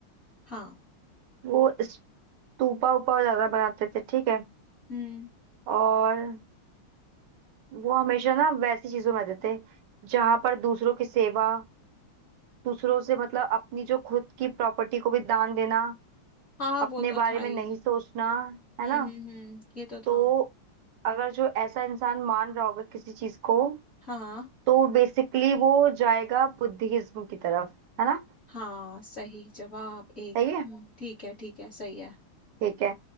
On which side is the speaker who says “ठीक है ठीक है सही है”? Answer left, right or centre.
Left